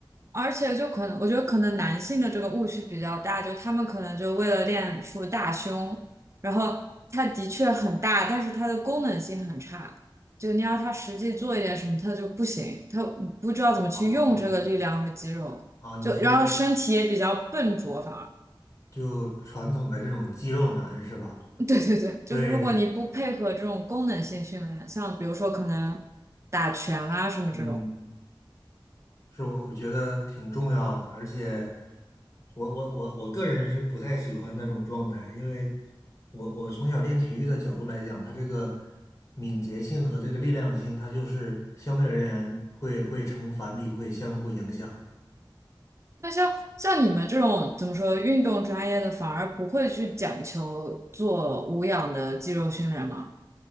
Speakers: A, on the right; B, on the left.
A: 而且就可能，我觉得可能男性的这个误区比较大，就他们可能就为了练出大胸，然后它的确很大，但是它的功能性很差，就你要他实际做一点什么，他就不行，他不知道怎么去用这个力量和肌肉，
B: 哦，啊，你说
A: 就然后身体也比较笨拙，反而。
B: 就传统的这种肌肉男是吧？
A: <laughs> 对对对，就是如果你不配合这种功能性训练，
B: 对，
A: 像比如说可能打拳啊什么这种。
B: 嗯，是我我觉得挺重要的，而且我我我我个人是不太喜欢那种状态，因为我我从小练体育的角度来讲，它这个敏捷性和这个力量性，它就是相对而言会会成反比，会相互影响的。
A: 那像像你们这种怎么说运动专业的，反而不会去讲求做无氧的肌肉训练吗？